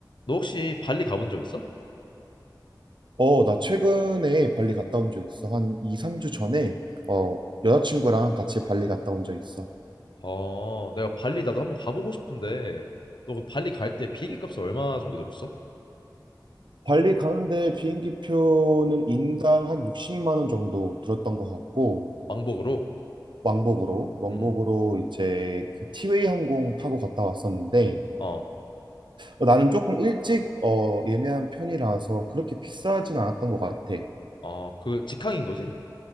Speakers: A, on the left (about 80°); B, on the right (about 85°).
A: 너 혹시 발리 가본 적 있어?
B: 어, 나 최근에 발리 갔다 온 적 있어. 한 2, 3주 전에 어, 여자친구랑 같이 발리 갔다 온 적 있어.
A: 아, 내가 발리 나도 한번 가보고 싶은데 너 그 발리 갈 때 비행기 값이 얼마 정도 들었어?
B: 발리 가는데 비행기 표는 인당 한 60만 원 정도 들었던 것 같고
A: 왕복으로?
B: 왕복으로 왕복으로
A: 응.
B: 이제 그 티웨이 항공 타고 갔다 왔었는데
A: 어.
B: 어, 나는 조금 일찍 어, 예매한 편이라서 그렇게 비싸진 않았던 것 같아.
A: 어, 그 직항인 거지?